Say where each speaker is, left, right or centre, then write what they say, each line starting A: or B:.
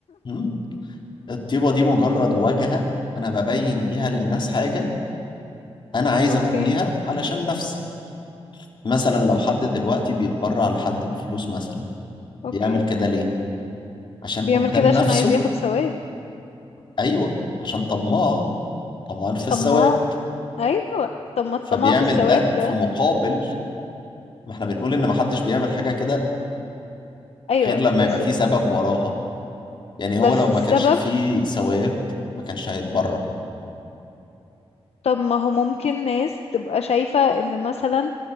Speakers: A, on the left; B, on the left.
A: مم؟ الطيبة دي مجرد واجهة أنا ببين بيها للناس حاجة أنا عايز
B: اوكي
A: أوريها علشان نفسي مثلا لو حد دلوقتي بيتبرع لحد بفلوس مثلا بيعمل
B: اوكي
A: كده ليه؟ عشان
B: بيعمل
A: قدام
B: كده عشان
A: نفسه
B: عايز ياخد ثواب
A: أيوه عشان طماعة طمعان في الثواب
B: طب ما ايوه طب ما الطمع
A: فبيعمل
B: في الثواب
A: ده
B: ده
A: في مقابل ما احنا بنقول إن محدش بيعمل حاجة كده
B: ايوه
A: غير لما
B: بس
A: يبقى فيه سبب وراها يعني
B: بس
A: هو لو
B: السبب
A: ما كانش فيه ثواب ما كانش هيتبرع
B: طب ما هو ممكن ناس تبقى شايفة ان مثلا